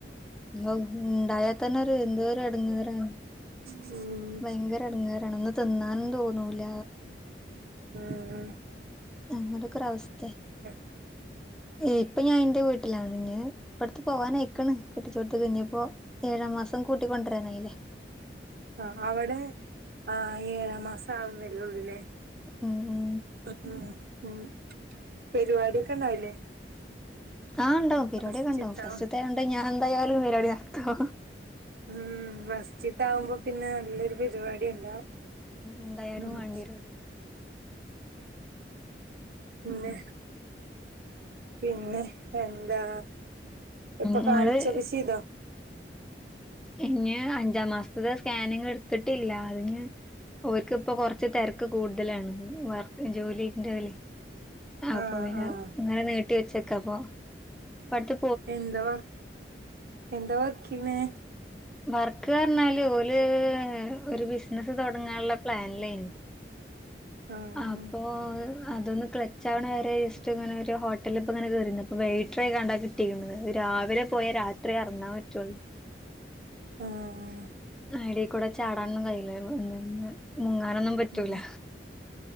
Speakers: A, in the centre; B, on the right.
A: ഔഹ് ഉണ്ടായാ തന്നെ ഒര് എന്തൊരു എടങ്ങേറാണ്.
B: ഹ്മ്മ്
A: ഭയങ്കര എടങ്ങേറാണ് ഒന്ന് തിന്നാനും തോന്നൂല
B: ആഹ്
A: അങ്ങനൊക്കൊരവത്തേ
B: <inaudible>
A: ഇപ്പൊ ഞാനെന്റെ വീട്ടിലാണ്. ഇനി ഇപ്പട്ത്ത് പോവാനായിക്ക്ണ്. കെട്ടിച്ചോട്ത്ത് ഇനിയിപ്പോ ഏഴാം മാസം കൂട്ടിക്കൊണ്ടരാനായില്ലേ?
B: ആഹ് അവടെ ആ ഏഴാം മാസം ആവുന്നള്ളുല്ലേ
A: ആഹ് ആഹ്
B: ആഹ് അപ്പം പെരുവാടിയൊക്കെ ഇണ്ടാവുല്ലേ
A: ആഹ് ഇണ്ടാവും പരിവാടിയൊക്കെ
B: ഫസ്റ്റ്ത്താവും
A: ഇണ്ടാവും ഫസ്ത്തായോണ്ട് ഞാൻ എന്തായാലും പരിവാടി നടത്തും.
B: ഹ്മ്മ് ഫസ്റ്റ്ത്താവുമ്പോ പിന്നെ നല്ലൊരു പരിവാടി ടി ഇണ്ടാവും.
A: എന്തായാലും
B: ഹ്മ്മ്,
A: വേണ്ടിവരുല്ലോ
B: പിന്നെ പിന്നെ എന്താ ഇപ്പ
A: ഇങ്ങള്
B: കാൻച്ചൊക്കെ ചെയ്തോ
A: ഇനി അഞ്ചാം മാസത്തെ സ്കാനിങ്ങ് ഇടുത്തിട്ടില്ല അതിന് ഒൽക്ക് ഇപ്പ കൊറച്ച് തെരക്ക് കൂടുതലാണ് വർക്ക് ജോലി ജോലിന്റെ ഇതിലെ അപ്പം
B: ആഹ്
A: പിന്നെ
B: ആഹ്
A: ഇങ്ങനെ നീട്ടി വെച്ചക്കാ അപ്പം ഇപ്പട്ത്ത്
B: എന്തോ എന്താ വർക്കെയ്യ്ണേ
A: വർക്ക് പറഞ്ഞാല് ഓല് ഒരു ബിസ്സ്നസ് തൊടങ്ങാനുള്ള പ്ലാന്ലെനു.
B: ആഹ്
A: അപ്പോ അതൊന്ന് ക്ലച്ചാവ്ണ വരെ ജസ്റ്റ് ഇങ്ങനൊരു ഹോട്ടലിൽ ഇപ്പം ഇങ്ങനെ കയറിന്ന് ഇപ്പ വൈറ്ററായാണ്ടാ കി ട്ടിയിരുന്നത്. രാവിലെ പോയാേ രാത്രി എറങ്ങാൻ പറ്റൊള്ളൂ
B: ആഹ് ആഹ്.
A: അയിലേ കൂടെ ചാടാനന്നും കയ്യില്ല എന്ത മുങ്ങാനൊന്നും പറ്റൂല
B: ഉം